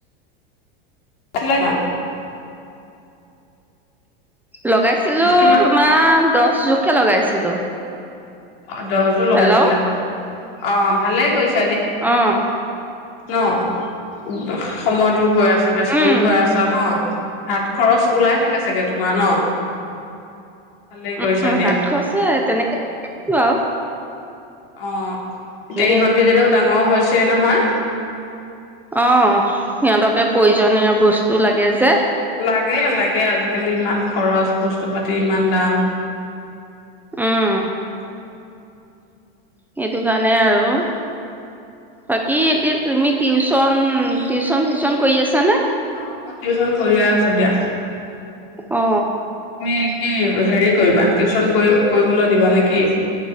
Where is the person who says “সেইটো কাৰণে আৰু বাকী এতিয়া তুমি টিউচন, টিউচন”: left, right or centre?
Centre